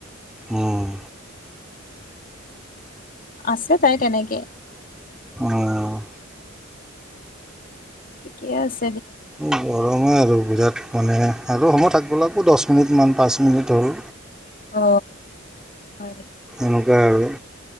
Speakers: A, in the centre; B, on the left (about 45°).
A: উম
B: আছে তাই তেনেকে
A: উম।
B: ঠিকে আছ
A: গৰমে আৰু বিৰাট মানে আৰু সমূহ থাকিব লাগিব দহ মিনিটমান পাঁচ মিনিট হ'ল
B: অ হয়
A: এনেকুৱা আৰু